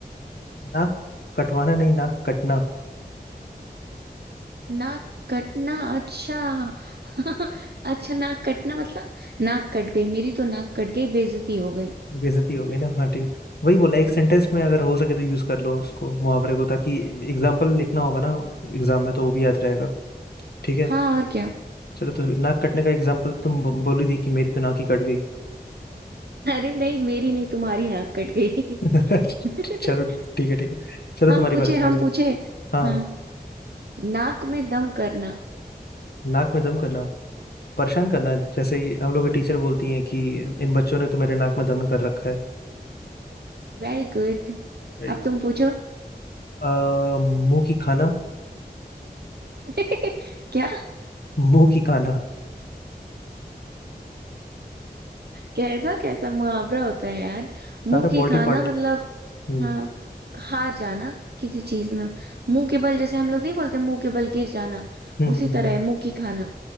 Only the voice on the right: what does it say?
नाक कटना अच्छा <laughs> अच्छा नाक कटना मतलब नाक कट गई मेरी तो नाक कट गई बेइज्जती हो गई
हम्म
हाँ और क्या
अरे नहीं मेरी नहीं तुम्हारी नाक कट गई
<laughs>
हम
पूछे
हम पूछे
हाँ नाक में दम करना
Very good
अब तुम पूछो
<laughs> क्या
कैसा कैसा मुहावरा होता है यार मुंह
की
खाना
मतलब
हाँ हार जाना किसी चीज में मुंह के बल जैसे हम लोग नहीं बोलते मुंह के बल गिर जाना
उसी
तरह
है मुंह की खाना